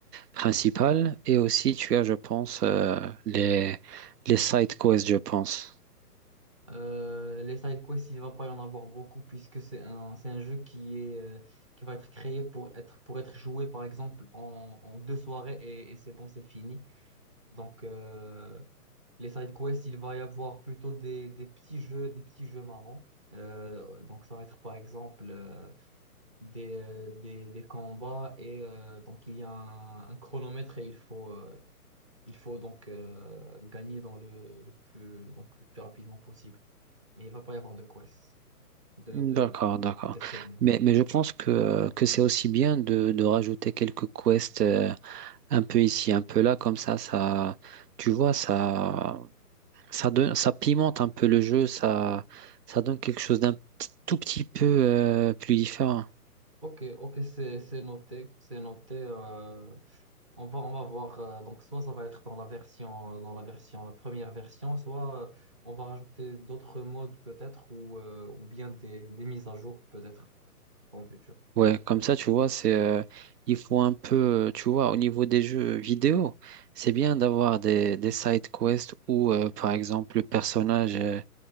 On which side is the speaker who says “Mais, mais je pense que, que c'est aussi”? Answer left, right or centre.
Right